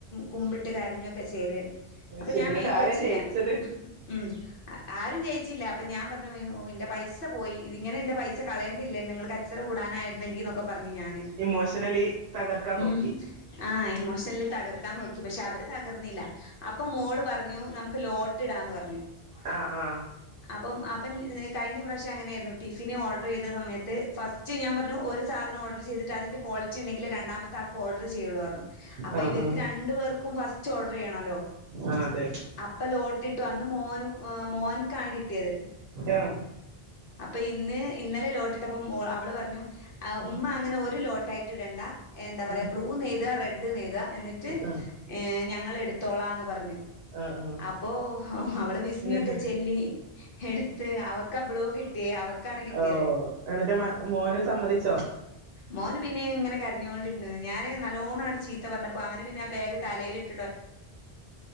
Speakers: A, on the left (about 60°); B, on the right (about 65°).
A: കുമ്പി കരഞ്ഞൊക്കെ ചെയ്ത് അപ്പൊ
B: ശരി
A: ഞാൻ
B: എന്നിട്ട്
A: മെയ്ന്റ്
B: ആരാ
A: വച്ചില്ല
B: ജയിച്ചത്
A: മ് അ ആരും ജയിച്ചില്ല അപ്പൊ ഞാൻ പറഞ്ഞു ഓ ന്റെ പൈസ പോയി ഇത് ങ്ങനെ ന്റെ പൈസ കളയേണ്ടില്ലന്ന് നിങ്ങ ക ച്ചറകൂടാനായിരുന്നെങ്കി ന്നൊക്കെ പറഞ്ഞുഞാൻ.
B: ഇമോഷണലി തകർക്കാൻ നോക്കി
A: മ് ആ ഇമോഷണലി തകർക്കാൻ നോക്കി പക്ഷേ അവ ർന്നില്ല അപ്പൊ മോള് പറഞ്ഞു നമുക്ക് ലോട്ട് ഇടാന്ന് പറഞ്ഞു.
B: ആ ആ
A: അപ്പം അപ്പം കഴിഞ്ഞ ഇപ്രാവശ്യം അങ്ങനെയായിരുന്നു ടിഫിന് ഓർഡർ ചെയ്ത സമയത്ത് ഫസ്റ്റ് ഞാൻ പറഞ്ഞു ഒരു സാധനം ഓർഡർ ചെയ്തിട്ട് അതിന്റെ ക്വാളിറ്റിണ്ടെങ്കിലേ രണ്ടാമത്തെ ആക്ക് ഓർഡർ ചെയ്യുള്ളു അപ്പൊ
B: ആ
A: ഇവർക്ക്
B: ആ
A: രണ്ടു പേർക്കും ഫസ്റ്റ് ഓഡർ ചെയ്യണല്ലോ
B: ആ അതെ
A: അപ്പ ലോട്ടിട്ട് അന്ന് മോന് മോൻക്കാണ് കിട്ടിയത്
B: ആഹ്
A: അപ്പൊ ഇന്ന് ഇന്നലെ ലോട്ടിട്ടപ്പം ഓ അവള് പറഞ്ഞു ആ
B: ഉം
A: ഉമ്മ അങ്ങനെ ഒരു ലോട്ട് ആയിട്ട് ഇടണ്ട എന്താ പറയാ
B: ഉം
A: ബ്ലൂന്നെയ്താ റെഡ് നെയ്താ എന്നിട്ട്
B: ആ
A: ഏ ഞങ്ങള് എടുത്തോളാന്ന് പറഞ്ഞു
B: ആ ആ
A: അപ്പോ അവള് ബിസ്മിയൊക്കെ
B: എന്നിട്ട്
A: ചെല്ലി എടുത്ത് അവക്ക് ബ്ലൂ കിട്ടി ട്ടീ അവക്കാണ് കിട്ടിയത്
B: ഓഹ് എന്നിട്ട് മ മോന് സമ്മതിച്ചോ
A: മോന് പിന്നെ ഇങ്ങനെ കരഞ്ഞുകൊണ്ടിരുന്നത് ഞാന് നല്ലോണാണ്ട് ചീത്ത പറഞ്ഞപ്പോ അവന് പിന്നെ ആ ബാഗ്തലയിലിട്ട്